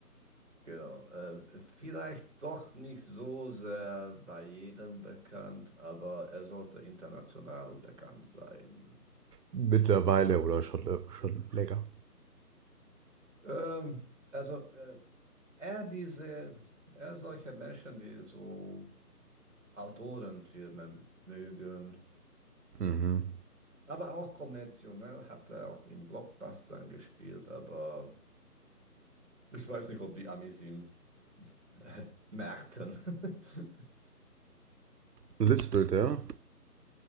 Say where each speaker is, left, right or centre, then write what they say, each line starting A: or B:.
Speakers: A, on the right (about 50°); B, on the right (about 80°).
A: genau. Äh, vielleicht doch nicht so sehr bei jedem bekannt, aber er sollte international bekannt sein.
B: mittlerweile oder schon, schon länger.
A: Ähm, also, äh, er diese, er solche Menschen, die so Autorenfilme mögen.
B: Mhm.
A: Aber auch kommerziell ne? hat er auch in Blockbustern gespielt, aber ich weiß nicht, ob die Amis ihm <laughs> merkten. <laughs>
B: Lispelt er?